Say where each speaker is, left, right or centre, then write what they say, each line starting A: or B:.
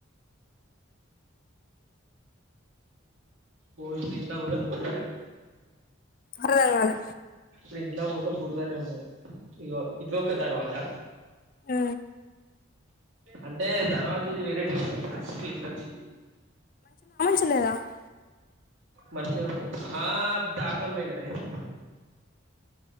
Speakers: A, on the right; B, on the left.
A: బో ఫంత పోద బోల <inaudible>
B: అర్ధంకాలే
A: ఇప్పుడు ఇంట్లో పోతే బురదనే ఉన్నది ఇగో ఇది ఒక దర్వాజా
B: అ
A: అంటే దర్వాజు వెరైటీ ఉన్నాయి ప్లాస్టిక్ లెక్కోచి
B: <inaudible>
A: మంచిగా ఉన్నా ఆ తాడుతం పోనే <inaudible>